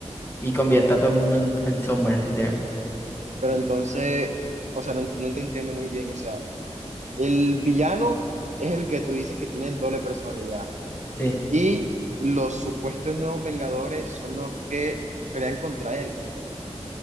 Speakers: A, on the left; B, on the right.
A: Y convierte a todo el mundo en, en sombra, literal.
B: pero entonces, o sea, no, no te entiendo muy bien. O sea, el villano es el que tú dices que tiene doble personalidad
A: Sí.
B: y los supuestos nuevos Vengadores son los que pelean contra él.